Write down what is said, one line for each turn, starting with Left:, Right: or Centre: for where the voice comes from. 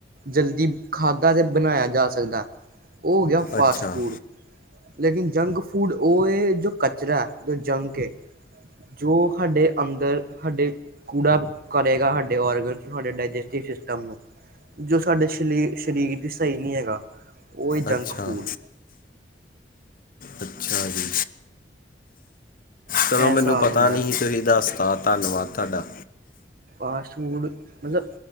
Right: ਜਲਦੀ ਖਾਧਾ ਤੇ ਬਣਾਇਆ ਜਾ ਸਕਦਾ। ਉਹ ਫਾਸਟ-
Left: ਅੱਛਾ
Right: ਫੂਡ। ਲੇਕਿਨ ਜੰਕ ਫੂਡ ਉਹ ਹੈ, ਜੋ ਕਚਰਾ ਹੈ ਜੋ ਜੰਕ ਏ, ਜੋ ਸਾਡੇ ਅੰਦਰ ਸਾਡੇ ਕੂੜਾ ਕਰੇਗਾ ਸਾਡੇ ਓਰਗਨ ਨੂੰ ਸਾਡੇ ਡਾਇਜੈਸਟਿਵ ਸਿਸਟਮ ਨੂੰ, ਜੋ ਸਾਡੇ ਸ਼ਲੀ ਸਰੀਰ ਦੀ ਸਹੀ ਨਹੀਂ ਹੈਗਾ। ਉਹ ਏ ਜੰਕ-
Left: ਅੱਛਾ
Right: ਫੂਡ।
Left: ਅੱਛਾ ਜੀ।
Right: ਇਹ
Left: ਚਲੋ ਮੈਨੂੰ
Right: ਹਿਸਾਬ
Left: ਪਤਾ
Right: ਹੁੰਦਾ
Left: ਨੀ ਹੀ ਤੁਸੀਂ ਦੱਸਤਾ, ਧੰਨਵਾਦ। ਤਾਡਾ।
Right: ਫਾਸਟ ਫੂਡ ਮਤਲਬ